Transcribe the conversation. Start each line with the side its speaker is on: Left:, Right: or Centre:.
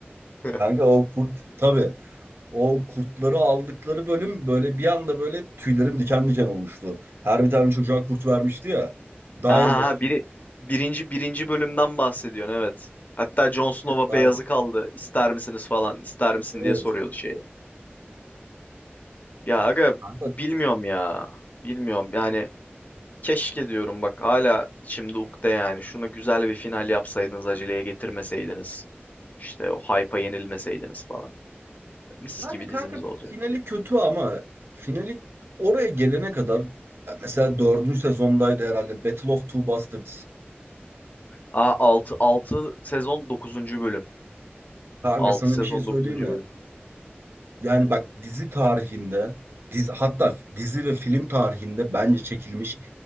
Left: <laughs>
Right: Kanka o kurt tabii. O kurtları aldıkları bölüm böyle bir anda böyle tüylerim diken diken olmuştu. Her bir tane çocuğa kurt vermişti ya. Direwolf.
Left: Ha ha ha, biri birinci birinci bölümden bahsediyorsun evet. Hatta Jon
Right: Evet,
Left: Snow'a
Right: Direwolf.
Left: beyazı kaldı. İster misiniz falan, ister misin
Right: Evet.
Left: diye soruyordu şeye. Ya aga
Right: Kanka,
Left: bilmiyorum ya. Bilmiyorum yani keşke diyorum bak hala içimde ukde yani. Şunu güzel bir final yapsaydınız aceleye getirmeseydiniz. İşte o hype'a yenilmeseydiniz falan. Mis
Right: yani
Left: gibi
Right: kanka
Left: dizimiz olacak
Right: finali kötü ama finali oraya gelene kadar ya mesela dördüncü sezondaydı herhalde Battle of Two Bastards.
Left: Aa, altı altı sezon dokuzuncu bölüm.
Right: Kanka
Left: altı
Right: sana
Left: sezon
Right: bir şey söyleyeyim
Left: dokuzuncu
Right: mi?
Left: bölüm.
Right: Yani bak dizi tarihinde dizi, hatta dizi ve film tarihinde bence çekilmiş